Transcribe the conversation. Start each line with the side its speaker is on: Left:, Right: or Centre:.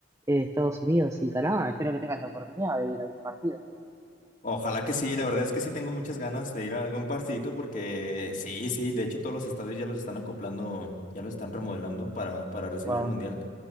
Right: eh, Estados Unidos y Canadá. Espero que tengas la oportunidad de ir a algún partido.
Left: Ojalá que sí, la verdad es que sí tengo muchas ganas de ir a algún partidito porque sí, sí, de hecho todos los estadios ya los están acoplando, ya los están remodelando para, para recibir
Right: Wow.
Left: el mundial.